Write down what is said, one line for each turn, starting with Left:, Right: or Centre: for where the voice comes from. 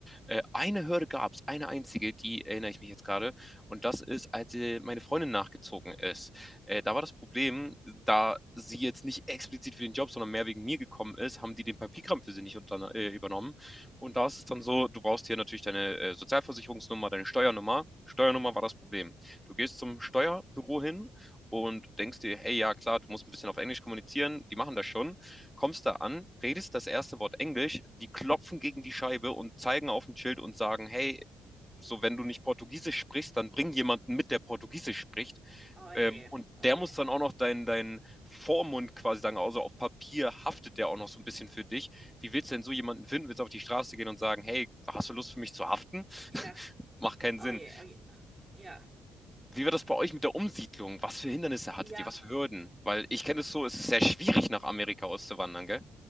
Centre: Äh, eine Hürde gab's, eine einzige, die erinnere ich mich jetzt gerade und das ist, als, äh, meine Freundin nachgezogen ist. Äh, da war das Problem, da sie jetzt nicht explizit für den Job, sondern mehr wegen mir gekommen ist, haben die den Papierkram für sie nicht unter, äh, übernommen. Und da ist es dann so, du brauchst hier natürlich deine äh, Sozialversicherungsnummer, deine Steuernummer. Steuernummer war das Problem. Du gehst zum Steuerbüro hin und denkst dir, hey, ja klar, du musst ein bisschen auf Englisch kommunizieren, die machen das schon. Kommst da an, redest das erste Wort Englisch, die klopfen gegen die Scheibe und zeigen auf ein Schild und sagen, hey, so wenn du nicht Portugiesisch sprichst, dann bring jemanden mit, der Portugiesisch spricht.
Right: Oh
Centre: Ähm,
Right: je,
Centre: und
Right: oh
Centre: der
Right: je.
Centre: muss dann auch noch deinen dein Vormund quasi sagen, also auf Papier haftet der auch noch so ein bisschen für dich. Wie willst du denn so jemanden finden? Willst du auf die Straße gehen und sagen, hey, hast du Lust für mich zu haften?
Right: Ja,
Centre: <laughs> Macht keinen
Right: oh
Centre: Sinn.
Right: je, oh je. Ja,
Centre: Wie war das bei euch mit der Umsiedlung? Was für Hindernisse hattet
Right: ja,
Centre: ihr? Was für Hürden? Weil ich kenne es so, es ist sehr schwierig, nach Amerika auszuwandern, gell?